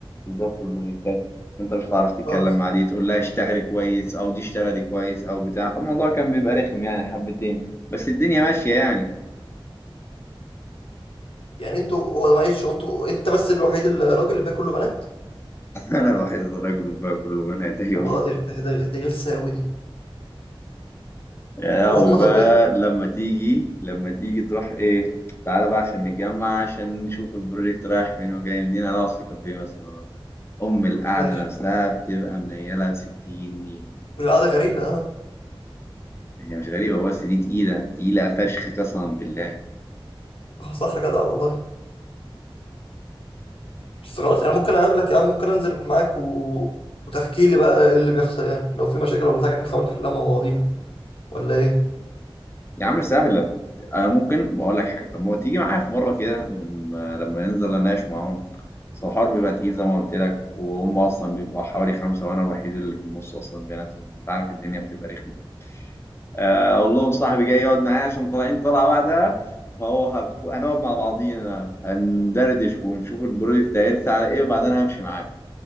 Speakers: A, on the left (about 25°); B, on the left (about 75°).
A: بالذات في البروجكتات انت مش هتعرف تتكلم
B: اه
A: مع دي تقول لها اشتغلي كويس او دي اشتغلي كويس او بتاع فالموضوع كان بيبقى رخم يعني حبتين بس الدنيا ماشيه يعني
B: يعني انتوا هو معلش هو انتوا انت بس الوحيد الراجل اللي باقي كله بنات
A: انا الوحيد الراجل بقى كله وانا دايما
B: طب اه دي دي دي, دي غلسة قوي دي
A: يا لهوي
B: وهم
A: بقى
B: طب <laughs> ايه؟
A: لما تيجي لما تيجي تروح ايه تعالى بقى عشان نتجمع عشان نشوف البروجكت رايح فين وجاي منين هنقعد في كافيه مثلا ولا- إيه. ام القعده
B: ماشي
A: نفسها بتبقى منيله ب 60 نيله
B: القعدة غريبة اه
A: هي مش غريبه بس دي تقيله تقيله فشخ قسما بالله
B: اه صح جدع والله بس خلاص انا ممكن اقابلك يا عم ممكن انزل معاك و... وتحكي لي بقى ايه اللي بيحصل يعني لو في مشاكل ولا حاجة نحاول نحلها مع بعضينا ولا ايه
A: يا عم سهلة أنا ممكن بقول لك حاجة طب ما هو تيجي معايا في مرة كده لما لما ننزل أناقش معاهم أصل الحوار بيبقى تقيل زي ما قلت لك وهم أصلا بيبقوا حوالي خمسة وأنا الوحيد اللي في النص أصلا بيناتهم فأنت عارف الدنيا بتبقى رخمة آه، أقول لهم صاحبي جاي يقعد معايا عشان طالعين طلعة بعدها فهو هنخ- هنقعد مع بعضينا هندردش ونشوف البروجكت هيرسى على إيه وبعدين همشي معاه